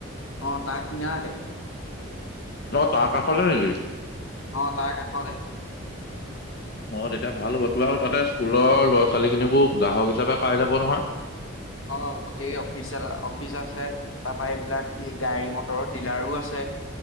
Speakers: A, on the left; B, on the left.
A: অ' তাৰ কিনাৰতে।
B: অ' তাৰ কাষতে নেকি?
A: অ' তাৰ কাষতে।
B: অ' তেতিয়া ভাল হ'ব, তোৰ আৰু তাতে স্কুলৰ ল'ৰা-ছোৱালীখিনিকো গ্ৰাহক হিচাপে পাই যাব নহয়!
A: অ' গোটেই অফিচ এটা, অফিচ আছে, তাৰপা এইবিলাক গাড়ী-মটৰৰ ডিলাৰো আছে।